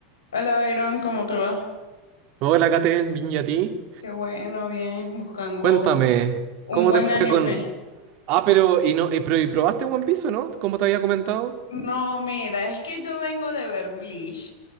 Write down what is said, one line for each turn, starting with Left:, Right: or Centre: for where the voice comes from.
Left: Hola, Byron, ¿cómo te va?
Right: Hola, Catherine, bien y a ti.
Left: Qué bueno, bien, buscando
Right: Cuéntame,
Left: un
Right: ¿cómo
Left: buen
Right: te fue
Left: anime.
Right: con... Ah, pero y no, y pero y probaste One Piece, ¿o ¿no? Como te había comentado.
Left: No, mira, es que yo vengo de ver Bleach